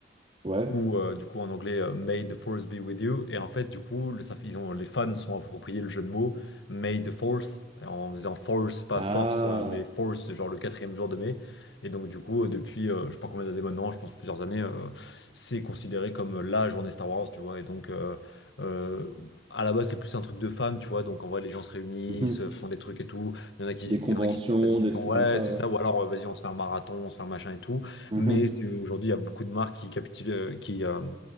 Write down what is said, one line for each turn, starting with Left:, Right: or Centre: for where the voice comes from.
Right: Ouais.
Left: ou euh, du coup en anglais euh, May the Force be with you. Et en fait, du coup, le- ça fait- ils ont, les fans sont appropriés le jeu de mots May the Force en faisant force, pas
Right: Ah,
Left: force, euh, mais force, c'est genre le quatrième jour de mai. Et donc, du coup, euh, depuis euh, je sais pas combien d'années maintenant, je pense plusieurs années, euh, c'est considéré comme la journée Star Wars, tu vois. Et donc, euh, euh, à la base, c'est plus un truc de fans, tu vois. Donc, en vrai, les gens se réunissent,
Right: mhm.
Left: euh, font des trucs et tout. Il y en a qui,
Right: Des
Left: il
Right: conventions,
Left: y en a qui disent, vas-y,
Right: des trucs
Left: on- ouais,
Right: comme ça,
Left: c'est
Right: ouais.
Left: ça, ou alors, euh, vas-y, on se fait un marathon, on se fait un machin et tout.
Right: Mhm.
Left: Mais c'est- aujourd'hui, il y a beaucoup de marques qui, capitil- euh, qui, euh,